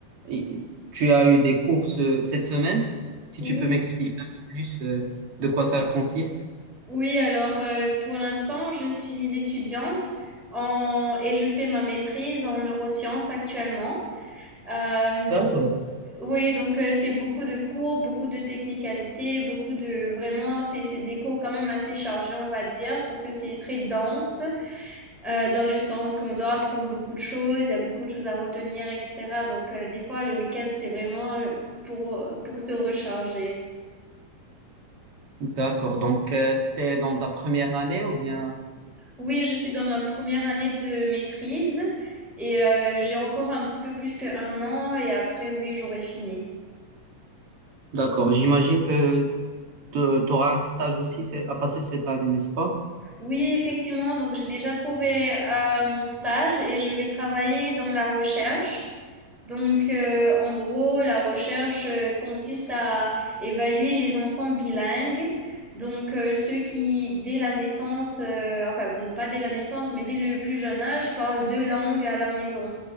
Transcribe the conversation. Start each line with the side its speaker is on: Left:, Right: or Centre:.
Right: i- tu as eu des cours ce- cette semaine. Si
Centre: Ok.
Right: tu peux m'expliquer un peu plus euh, de quoi ça consiste.
Centre: Oui, alors euh, pour l'instant, je suis étudiante en... et je fais ma maîtrise en neurosciences actuellement. Euh, donc
Right: D'accord.
Centre: oui, donc euh, c'est beaucoup de cours, beaucoup de technicalités, beaucoup de vraiment, c'est c'est des cours quand même assez chargés, on va dire, parce que c'est très dense euh, dans le sens qu'on doit apprendre beaucoup de choses, il y a beaucoup de choses à retenir, etc. Donc euh, des fois le week-end c'est vraiment pour pour se recharger.
Right: D'accord. Donc, tu es dans ta première année ou bien...
Centre: Oui, je suis dans ma première année de maîtrise et euh, j'ai encore un petit peu plus qu'un an et après, oui, j'aurai fini.
Right: D'accord. J'imagine que tu auras un stage aussi c'est- à passer cette année, n'est-ce pas?
Centre: Oui, effectivement, donc j'ai déjà trouvé euh, mon stage et je vais travailler dans la recherche. Donc, euh, en gros, la recherche euh, consiste à évaluer les enfants bilingues, donc euh, ceux qui, dès la naissance, euh, enfin bon, pas dès la naissance, mais dès le plus jeune âge, parlent deux langues à la maison.